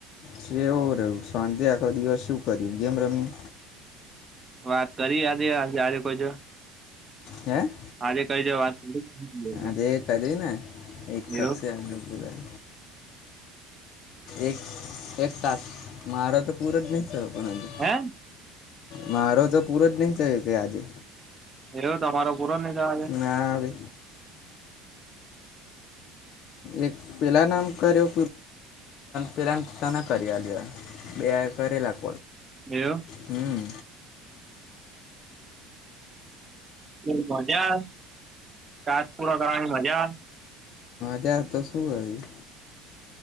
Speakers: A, on the left; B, on the right.
A: વું રહ્યું શાંતે આખો દિવસ શું કર્યું ગમ રમી
B: વાત કરી આજ જેયારે કોઈ જો
A: હે <unintelligible>
B: આજે કઈ છે વાત <unintelligible>
A: આજે એ કરી ને એક કક્ષે અંદર પૂરા એક એક તાસ મારા તો પૂર જ નહી પણ હજુ
B: હા
A: મારો તો પૂરો જ નહિ થયો એકે આજે
B: એ તમારો પૂરો નહી જવાજે <unintelligible>
A: ના હવે એક પેલા નામ કર્યો પેલાતા કર બે કરેલા <unintelligible>
B: એયો
A: હમ
B: એ મજા તસ પૂર્ણ કરની મજા <unintelligible> આવે.
A: હજાર તો શું <unintelligible>